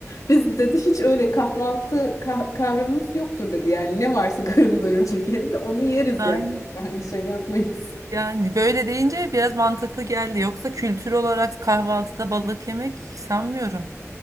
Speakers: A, on the left; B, on the right.
A: Biz dedi hiç öyle kahvaltı kah- kavramımız yoktur dedi. Yani ne varsa <laughs> karın doyuracak evde onu yeriz
B: Aynen.
A: yani. Aynı şey yapmayız.
B: Yani böyle deyince biraz mantıklı geldi. Yoksa kültür olarak kahvaltıda balık yemek sanmıyorum.